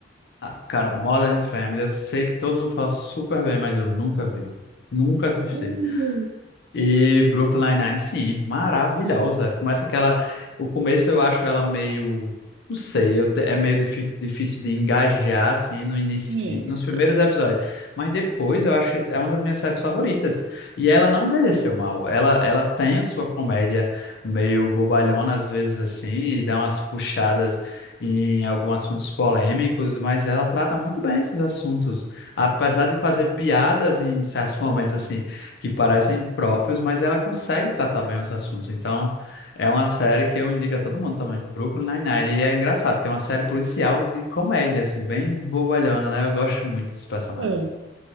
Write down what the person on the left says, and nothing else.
Ah, cara, Modern Family, eu sei que todo mundo fala super bem, mas eu nunca vi. Nunca assisti.
E Brooklyn Nine-Nine, sim, maravilhosa. Começa aquela. O começo eu acho ela meio. Não sei, eu, te- é meio difí- difícil de engajar, assim, no início,
nos primeiros episódios. Mas depois eu acho que é uma das minhas séries favoritas. E ela não envelheceu mal. Ela, ela tem a sua comédia meio bobalhona, às vezes, assim, e dá umas puxadas em alguns assuntos polêmicos, mas ela trata muito bem esses assuntos. Apesar de fazer piadas em certos momentos, assim que parecem próprios, mas ela consegue tratar bem os assuntos. Então, é uma série que eu indico a todo mundo também, Brooklyn Nine-Nine. E é engraçado, porque é uma série policial de comédia, assim, bem bobalhona, né? Eu gosto muito dos personagens.